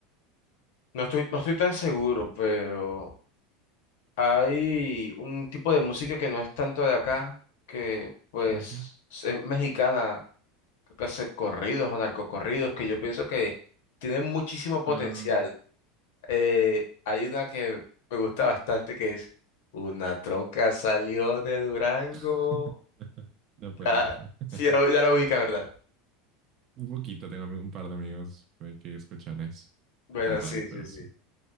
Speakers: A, on the left (about 75°); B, on the right (about 35°).
A: No estoy, no estoy tan seguro, pero hay un tipo de música que no es tanto de acá, que pues
B: Ujú.
A: es mexicana, creo que hace corridos o narcocorridos, que yo pienso que tienen muchísimo potencial.
B: Ah,
A: Eh, hay una que me gusta bastante que es Una troca salió de Durango.
B: <laughs> no
A: <laughs>
B: puede
A: Ya,
B: ser. <laughs>
A: sí, ya lo, ya la ubicas, ¿verdad?
B: Un poquito, tengo ami- un par de amigos eh, que escuchan eso.
A: Bueno,
B: Está raro,
A: sí, sí,
B: pero
A: sí.
B: sí.